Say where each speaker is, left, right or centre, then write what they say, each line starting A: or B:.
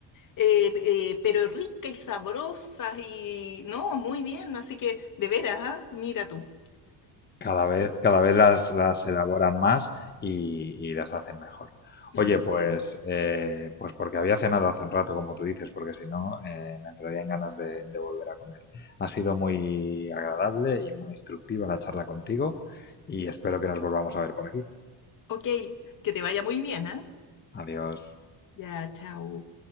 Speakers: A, on the left; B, on the left.
A: eh, eh, pero ricas y sabrosas y... No, muy bien, así que de veras, ¿ah? Mira tú.
B: Cada vez, cada vez las, las elaboran más y, y las hacen mejor. Oye,
A: Así
B: pues,
A: es.
B: eh, pues porque había cenado hace un rato, como tú dices, porque si no, eh, me entrarían ganas de, de volver a comer. Ha sido muy agradable y muy instructiva la charla contigo y espero que nos volvamos a ver por aquí.
A: Ok, que te vaya muy bien, ¿ah?
B: Adiós.
A: Ya, chao.